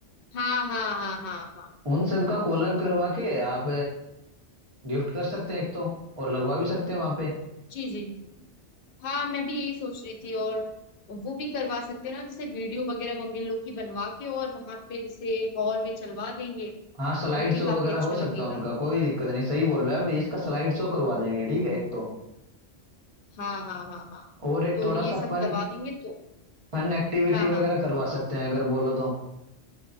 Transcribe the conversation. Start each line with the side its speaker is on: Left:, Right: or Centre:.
Left: हाँ हाँ हाँ हाँ हाँ
Right: उन सब का कोलैब करवा के आप गिफ्ट कर सकते हैं एक तो और लगवा भी सकते हैं वहां पे
Left: जी जी हाँ मैं भी यही सोच रही थी और वो भी करवा सकते हैं ना जैसे वीडियो वगैरह मम्मी लोग की बनवा के और वहां पे जैसे हॉल में चलवा देंगे
Right: हाँ
Left: तो
Right: स्लाइड
Left: वो भी
Right: शो
Left: काफी
Right: वगैरह
Left: अच्छा
Right: हो सकता
Left: लगेगा
Right: है उनका कोई दिक्कत नहीं सही बोल रहे हो आप इसका स्लाइड शो करवा देंगे ठीक है एक तो
Left: हाँ हाँ हाँ हाँ
Right: और एक
Left: तो
Right: थोड़ा
Left: ये
Right: सा
Left: सब
Right: फन
Left: करवा देंगे तो
Right: फन एक्टिविटी
Left: हाँ हाँ
Right: वगैरह करवा सकते हैं अगर बोलो तो